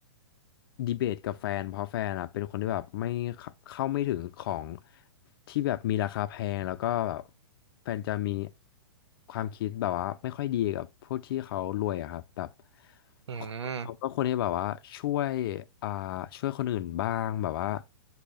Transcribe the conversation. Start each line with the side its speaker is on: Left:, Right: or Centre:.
Left: ดีเบตกับแฟนเพราะแฟนอะเป็นคนที่แบบไม่เข้าเข้าไม่ถึงของที่แบบมีราคาแพงแล้วก็แบบแฟนจะมีความคิดแบบว่าไม่ค่อยดีกับพวกที่เขารวยอะครับแบบ
Right: อืม
Left: เขาก็คนที่แบบว่าช่วยอ่าช่วยคนอื่นบ้างแบบว่า